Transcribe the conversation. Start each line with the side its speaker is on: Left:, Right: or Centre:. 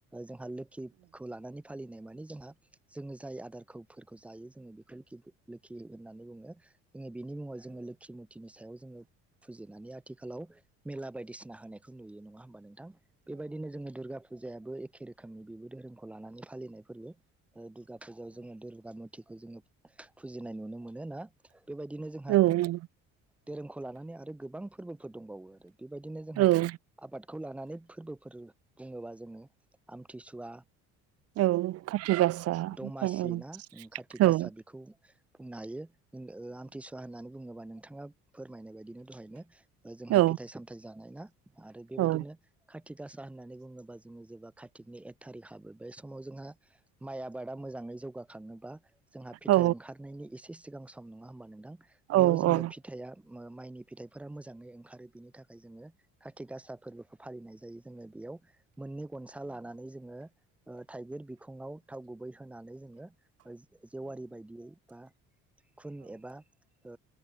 Centre: जोंहा लोक्षिखौ लानानै फालिनाय माने जोंहा जोङो जाय आदारखौफोरखौ जायो जोङो बे <unintelligible> लोक्षि होननानै बुङो। जोङो बिनि मुङाव जोङो लोक्षि मुरथिनि सायाव जोङो फुजिनानै आथिखालाव मेला बायदिसिना होनाय खौ नुयो नङा होमबा नोंथां? बेबायदिनो जोङो दुर्गा फुजाया एखे रोखोमनि बेबो धोरोमखौ लानानै फालिनाय फोरबो ओ। फुजायाव जोङो दुर्गा मुथिखौ जोङो फुजिनाय नुनो मोनो ना बेबायदिनो जोंहा
Right: औ औ
Centre: धोरोमखौ लानानै आरो गोबां फोरबो फोर दंबावो आरो बेबायदिनो जोंहा
Right: औ
Centre: आबादखौ लानानै फोरबो बुङोबा जोङो आमथिसुवा
Right: औ खाथि गासा
Centre: दमासि
Right: ओमफ्राय
Centre: ना कारित गासा
Right: औ
Centre: बेखौ बुंनो हायो आमथिसुवा होननानै बुं बुङोबा नोंथाङा। फोरमायनाय बायदिनो दहायनो जोंहा
Right: औ
Centre: फिथाइ सामथायाइ जानाय ना आरो बेबायदिनो
Right: औ
Centre: खाथि। काथि गासा होननानैुङोबा जोङो जेबा कातकनि एक थारिक हाबो बे समाव जोंहा माइ आबादा मोजाङै जौगाख खाङोबा जोंहा फिथाइ
Right: औ
Centre: ओंखारनायनि एसे सिगां सम नङा होमबा नोंथां।
Right: औ
Centre: बेयाव जोङो
Right: औ
Centre: फिथाइया माइनि फिथाइफोरा मोजाङै ओंखारो बिनि थाखाय जोङो खाथि गासा फोरबोखौ फालिनाय जायो। जोङो बेयाव मोननै गनसा लानानै जोङो थाइगिर बिखङाव थाव गुबै होनानै जोङो जेवारि बायदियै बा खुन एबा ओ